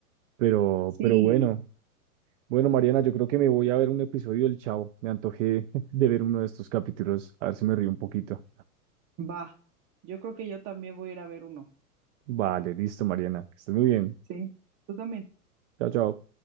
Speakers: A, on the right; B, on the right.
A: Pero,
B: Sí,
A: pero bueno, bueno, Mariana, yo creo que me voy a ver un episodio del Chavo. Me antojé <laughs> de ver uno de estos capítulos, a ver si me río un poquito.
B: va. Yo creo que yo también voy a ir a ver uno.
A: Vale, listo, Mariana, que estés muy bien.
B: Sí, tú también.
A: Chao, chao.